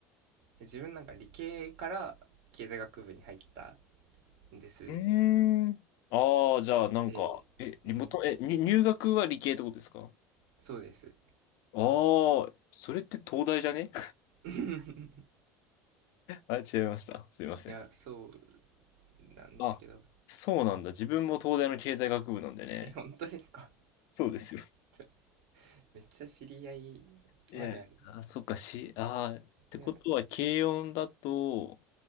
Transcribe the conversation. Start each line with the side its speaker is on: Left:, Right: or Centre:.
Right: 自分なんか理系から経済学部に入ったです。
Left: うーん。ああ、じゃあなんか、
Right: で、
Left: え、リモート、
Right: うん、
Left: え、に入学は理系ってことですか
Right: そうです。
Left: ああ、それって東大じゃね
Right: <laughs> い
Left: <laughs> あ、違いました。すいません。
Right: や、そうなんですけど。
Left: あ、そうなんだ。自分も東大の経済学部なんでね。
Right: え、本当ですか
Left: そうですよ。
Right: じゃ <laughs> めっちゃ知り合いまである。
Left: いや、あ、そっか、し、あー、ってことは、
Right: いや、
Left: 軽音だと、